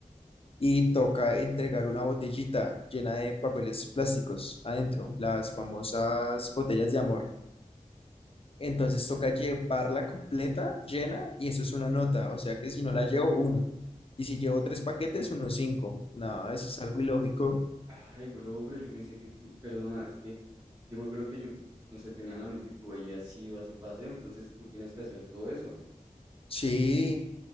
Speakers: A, on the left (about 45°); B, on the right (about 25°).
A: y toca entregar una botellita llena de papeles plásticos adentro, las famosas botellas de amor. Entonces toca llevarla completa, llena, y eso es una nota. O sea que si no la llevo, uno. Y si llevo tres paquetes, uno cinco. No, eso es algo ilógico.
B: Ay, bro, pero yo pensé que tú, perdona, es que yo me acuerdo que yo, no sé, tenía en la mente que tú habías ido a ese paseo, entonces tú tienes que hacer todo eso.
A: Sí,